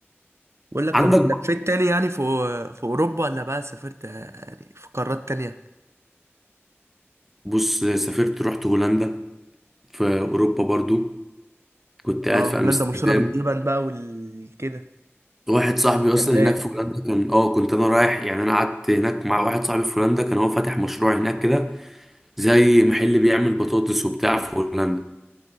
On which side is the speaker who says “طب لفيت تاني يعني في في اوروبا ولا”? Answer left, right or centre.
Right